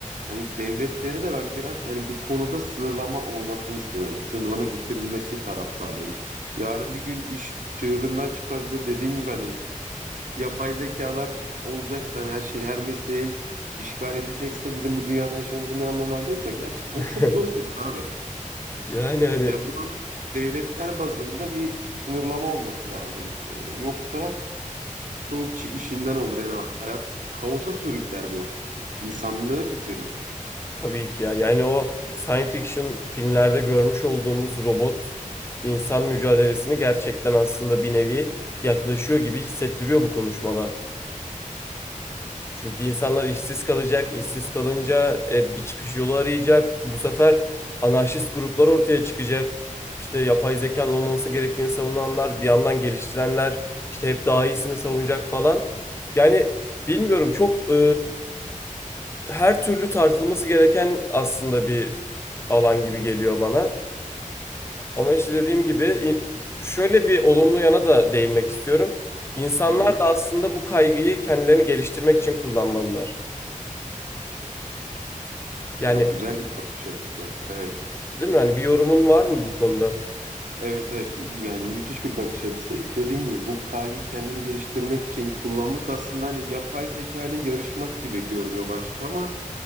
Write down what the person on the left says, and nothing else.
<laughs>
Yani hani
tabii ki ya. Yani o science fiction filmlerde görmüş olduğumuz robot insan mücadelesini gerçekten aslında bir nevi yaklaşıyor gibi hissettiriyor bu konuşmalar. Çünkü insanlar işsiz kalacak. İşsiz kalınca e, bir çıkış yolu arayacak. Bu sefer anarşist gruplar ortaya çıkacak. İşte yapay zekanın olmaması gerektiğini savunanlar, bir yandan geliştirenler, işte hep daha iyisini savunacak falan. Yani bilmiyorum çok e, her türlü tartılması gereken aslında bir alan gibi geliyor bana. Ama işte dediğim gibi şöyle bir olumlu yana da değinmek istiyorum. İnsanlar
da aslında bu kaygıyı kendilerini geliştirmek için kullanmalılar. Yani
Değil mi? Hani bir yorumun var mı bu konuda?